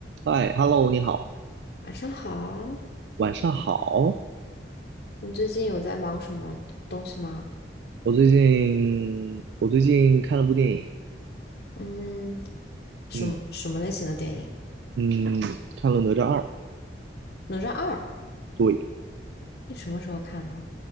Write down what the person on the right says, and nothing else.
嗨，Hello，你好，
晚上好。
我最近我最近看了部电影，
嗯嗯，看了《哪吒二》，
对，